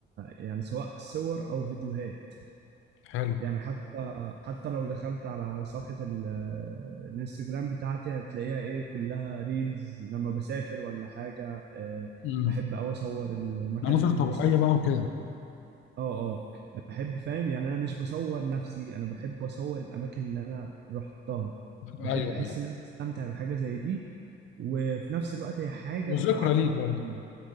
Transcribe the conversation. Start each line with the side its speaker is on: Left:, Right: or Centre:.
Right: يعني سواء صور أو فيديوهات
Left: حلو
Right: يعني حتى حتى لو دخلت على صفحة ال- الانستجرام بتاعتي هتلاقيها إيه كلها ريلز لما بسافر ولا حاجة أه
Left: امم
Right: بحب أوي أصور المكان
Left: مناظر
Right: اللي
Left: طبيعيه
Right: أنا
Left: بقى وكده
Right: اه اه بحب فاهم يعني انا مش بصور نفسي انا بحب اصور الاماكن اللي انا رحتها
Left: ايوه
Right: بحب احس
Left: ايوه
Right: ان انا بستمتع بحاجه زي دي وفي نفس الوقت هي حاجه
Left: وذكرى
Right: بتعبر
Left: ليك برضه
Right: عن